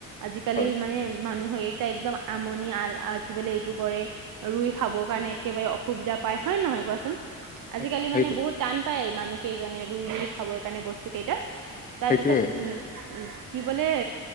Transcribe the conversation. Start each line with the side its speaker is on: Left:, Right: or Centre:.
Right: আজিকালিৰ
Left: হয়
Right: মানে মানুহে এতিয়া একদম আমনি আ কি বলে এইটো। কৰে ৰুই খাবৰ কাৰণে একেবাৰে অসুবিধা পায় হয় নহয় কোৱাচোন। আজিকালি
Left: তাক- সেইটো
Right: মানে বহুত টান পায় মানুহ কেইজনে ৰুই ৰুই খাবৰ কাৰণে বস্তু কেইটা। তাৰপিছত
Left: সেইটোৱে
Right: উম। কি বোলে